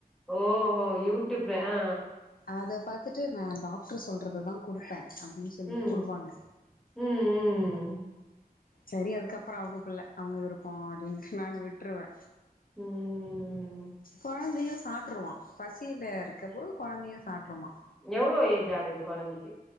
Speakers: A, in the centre; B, on the left (about 65°).
A: ஓஹோ யூடியூப் ஆ
B: அத பாத்துட்டு நான் டாக்டர் சொல்றத தா குடுப்பே அப்டின்னு சொல் சொல்லிட்டு
A: ம்
B: குடுப்பாங்க
A: ம் ம்
B: சரி அதுக்கப்புற அவுங்க பிள்ள அவுங்க விருப்பம் அப்டின்னு நானு விட்டுருவே
A: ம்
B: குழந்தையு சாட்டுருவான் பசியில இருக்க போது குழந்தையு சாப்ட்ருவான்
A: எவ்ளோ ஏஜ் ஆகுது குழந்தைக்கு